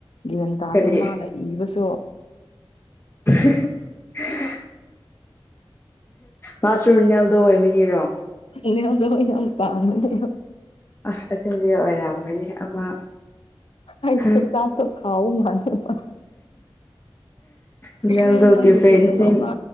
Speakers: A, on the left; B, on the left.
A: ꯒ꯭ꯟ ꯇꯥꯔꯑꯦ
B: ꯀꯔꯤ
A: ꯃꯥꯅ ꯏꯕꯁꯨ
B: <unintelligible> ꯃꯥꯁꯔꯨꯅꯦꯜꯗꯣ ꯑꯣꯏꯕꯒꯤꯔꯣ
A: ꯏꯗ ꯌꯥꯝ ꯄꯥꯃꯤꯅꯦ
B: ꯑ ꯑꯗꯨꯗꯤ ꯑꯣꯏꯔꯝꯒꯅꯤ ꯑꯃ
A: ꯑꯁ
B: ꯍ
A: ꯐꯦ ꯇꯥꯇ ꯐꯥꯎ ꯃꯥꯅꯦ ꯃꯥ
B: ꯅꯦꯜꯗꯣꯒꯤ
A: ꯃ ꯃꯥꯦ
B: ꯐꯦꯟꯁꯤꯡ
A: ꯄꯨꯠꯇꯃ ꯃꯥ